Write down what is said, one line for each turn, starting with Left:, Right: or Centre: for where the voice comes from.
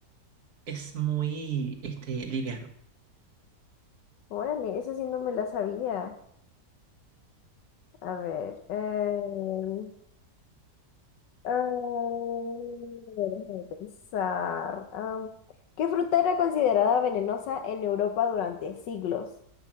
Right: es muy, este, liviano.
Left: Órale, eso sí no me la sabía. A ver. em, em, déjame pensar. am, ¿qué fruta era considerada venenosa en Europa durante siglos?